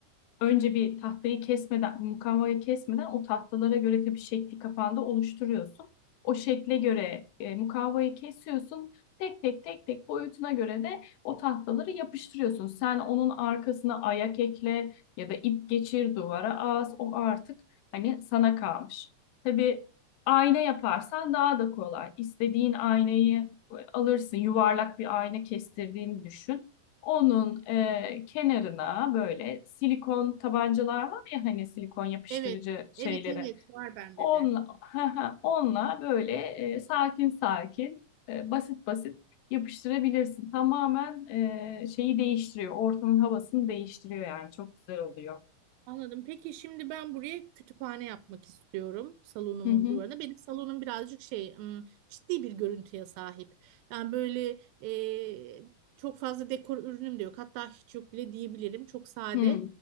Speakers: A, on the left; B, on the right.
A: önce bir tahtayı kesmeden, mukavvayı kesmeden o tahtalara göre tabii şekli kafanda oluşturuyorsun. O şekle göre e, mukavvayı kesiyorsun. Tek tek tek tek boyutuna göre de o tahtaları yapıştırıyorsun. Sen onun arkasına ayak ekle ya da ip geçir duvara as. O artık hani sana kalmış. Tabii ayna yaparsan
B: evet.
A: daha da kolay. İstediğin aynayı e, alırsın. Yuvarlak bir ayna kestirdiğini düşün. Onun e, kenarına böyle silikon tabancalar var ya hani silikon yapıştırıcı
B: Evet,
A: şeyleri.
B: evet evet var bende
A: onla
B: de.
A: <laughs> onunla böyle e, sakin sakin e, basit basit yapıştırabilirsin. Tamamen e, şeyi değiştiriyor. Ortamın havasını değiştiriyor yani çok güzel oluyor.
B: Anladım. Peki şimdi ben buraya kütüphane yapmak istiyorum salonumun
A: Hı hı.
B: duvarına. Benim salonum birazcık şey ım, ciddi bir görüntüye sahip. Yani böyle e, çok fazla dekor ürünüm de yok. Hatta hiç yok bile diyebilirim. Çok sade
A: Hı